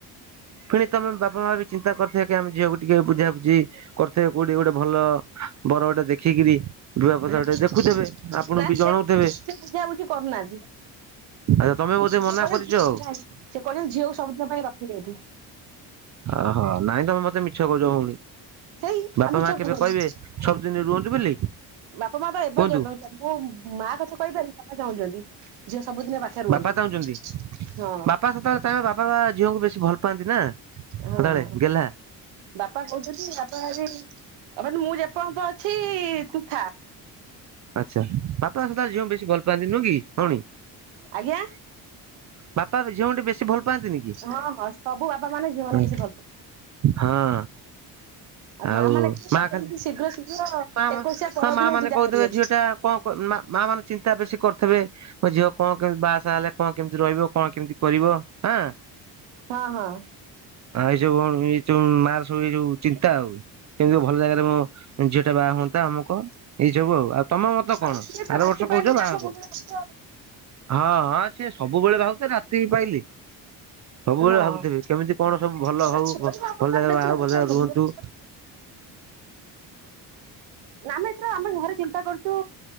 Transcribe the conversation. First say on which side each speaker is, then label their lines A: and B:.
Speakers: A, on the right; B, on the right.
A: ପୁଣି ତମେ ବାପା ମା ବି ଚିନ୍ତା କରିଥିବ କି ଆମେ ଝିଅକୁ ଟିକେ ବୁଝା ବୁଝି କରିଥିବେ କୋଉଠି ଗୋଟେ ଭଲ ବର ଗୋଟେ ଦେଖିକିରି। ବିବାହ ପ୍ରସ୍ତାବ
B: ହଁ
A: ଟେ ଦେଖୁଥିବେ ଆପଣଙ୍କୁ
B: ନା
A: ବି ଜଣଉଥିବେ
B: ସେ ସେ ବୁଝାବୁଝି କରୁନାହାନ୍ତି।
A: ଆଚ୍ଛା ତମେ ବୋଧେ ମନା
B: ସେ କହିଲ
A: କରିଛ
B: ସେ
A: ଆଉ
B: କହିଲ ଝିଅକୁ ସବୁଦିନ ପାଇଁ ରଖିବେ ଏଠି।
A: ଓହୋ ନାଇଁ ତମେ ମତେ ମିଛ କହୁଛ ଭଉଣୀ।
B: ହେଇ
A: ବାପା
B: ଆଉ ମିଛ
A: ମା କେବେ
B: କଣ କହିଲୁ
A: କହିବେ ସବୁଦିନ ରୁହନ୍ତୁ ବୋଲି।
B: ବାପା ମା ବା ଏବେ
A: କୁହନ୍ତୁ
B: ମୁଁ ମା କଥା କହିପାରିବିନି ବାପା ଚାହୁଁଛନ୍ତି ଝିଅ ସବୁଦିନ ପାଖରେ ରୁହନ୍ତୁ
A: ବାପା ଚାହୁଁଛନ୍ତି
B: ହଁ
A: ବାପା ସେତେବେଳେ ଚାହିଁବେ ବାପା ବା ଝିଅଙ୍କୁ ବେଶୀ ଭଲ ପାଆନ୍ତି ନା। ହଦଳରେ
B: ହଁ
A: ଗେଲ୍ଲା।
B: ବାପା କହୁଛନ୍ତି ବାପା ବି ମୁଁ ଯେପର୍ଯ୍ୟନ୍ତ ଅଛି ତୁ ଥାଆ।
A: ଆଚ୍ଛା ବାପା ଆ ଝିଅ ବେଶୀ ଗଲ ପାଆନ୍ତି ନୁ କି ଭଉଣୀ।
B: ଆଜ୍ଞା
A: ବାପା ଝିଅଙ୍କୁ ଟ ବେଶୀ ଭଲ ପାଆନ୍ତିନି କି?
B: ହଁ ହଁ ସବୁ ବାପା ମାନେ ଝିଅ ମାନଙ୍କୁ
A: ହଁ
B: ବେଶୀ ଭଲ ପାଆନ୍ତି।
A: ହଁ। ଆଉ
B: ମା ମାନେ କହିବେ
A: ମା
B: କେମିତି
A: ଖାଲି
B: ଶୀଘ୍ର ଶୀଘ୍ର
A: ମା
B: ଏକୋଇଶିଆ ପରଦିନ
A: ମା ମାନେ
B: ବିଦା
A: କହୁ
B: କରିବାକୁ।
A: ଝିଅଟା କଣ ମା ମାନେ ଚିନ୍ତା ବେଶୀ କରିଥିବେ ମୋ ଝିଅ କଣ କେମିତି ବାହାସାହା ହେଲେ କଣ କେମିତି ରହି କଣ କେମିତି କରିବ ହଁ।
B: ହଁ ହଁ
A: ଆଉ ଏଇ ସ କଣ ଏ ମାଆ ଯଉ ଚିନ୍ତା ଆଉ କେମିତି ଭଲ ଜାଗାରେ ମୋ ଝିଅଟା ବାହା ହୁଅନ୍ତା ଆମୁକ ଏଇ ଯୋଗୁ ଆଉ। ତମ ମତ କଣ
B: ଆଉ ସିଏ ତ
A: ଆର
B: ରାତି
A: ବର୍ଷ
B: ପାଇଲେ
A: କହୁଛ
B: ତାଙ୍କ
A: ବାହା ହବ।
B: ମୁଣ୍ଡରେ ବୋଝ ଆଉ।
A: ହଁ ହଁ ସି ସବୁବେଳେ ଭାବଥିଲେ ରାତି ହି ପାହିଲେ। ସବୁବେଳେ
B: ହଁ
A: ଭାବୁଥିବେ କେମିତି କଣ ସବୁ ଭଲ
B: ଛୁଆଙ୍କ
A: ହଉ, ଭଲ
B: ଅବସ୍ଥାରେ
A: ଜାଗାରେ
B: ବେଶୀ
A: ବାହାହୁଏ
B: ଭାବି
A: ଭଲ
B: ପାରୁନଥିବେ
A: ଜାଗା ରୁହନ୍ତୁ। ହ
B: ନା ଆମେ ଏତ ଆମେ ଘରେ ଚିନ୍ତା କରୁଚୁ